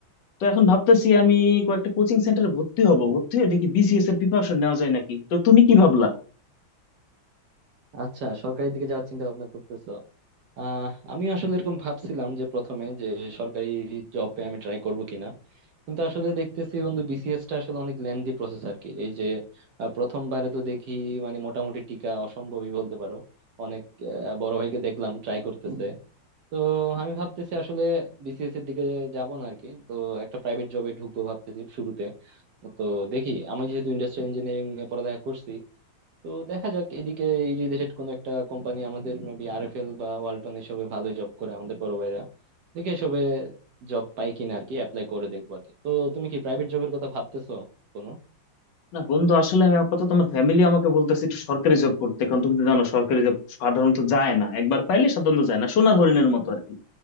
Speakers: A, on the left; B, on the right.
A: তো এখন ভাবতেছি আমি কয়েকটা কোচিং সেন্টারে ভর্তি হব ভর্তি হয়ে দেখি বিসিএস এর প্রিপারেশন নেওয়া যায় নাকি তো তুমি কি ভাবলা
B: আচ্ছা সরকারির দিকে যাওয়ার চিন্তা ভাবনা করতেছো আহ আমি আসলে এরকম ভাবছিলাম যে প্রথমে যে সরকারি জবে আমি ট্রাই করব কিনা কিন্তু আসলে দেখতেছি বন্ধু বিসিএস টা আসলে অনেক লেন্দি প্রসেস আর কি এই যে আহ, প্রথমবারে তো দেখি মানে মোটামুটি টিকা অসম্ভবই বলতে পারো অনেক আহ, বড় ভাইকে দেখলাম ট্রাই করতেছে তো আমি ভাবতেছি আসলে বিসিএস এর দিকে যাব না আরকি তো একটা প্রাইভেট জবে ঢুকবো ভাবতেছি শুরুতে তো দেখি আমি যেহেতু ইন্ডাস্ট্রিয়াল ইঞ্জিনিয়ারিং এ পড়ালেখা করছি তো দেখা যাক এদিকে এই রিলেটেড কোন একটা কোম্পানি আমাদের মেবি আরএফএল বা ওয়ালটন এসবে ভালো জব করে আমাদের বড় ভাইরা দেখি এসবে জব পাই কিনা আরকি অ্যাপ্লাই করে দেখবো আরকি তো তুমি কি প্রাইভেট জবের কথা ভাবতেছো কোনো
A: না বন্ধু আসলে আমি আপাতত আমার ফ্যামিলি আমাকে বলতেছে একটু সরকারি জব করতে কারণ তুমি তো জানো সরকারি জব সাধারণত যায় না একবার পাইলে সাধারণত যায় না সোনার হরিণের মতো আর কি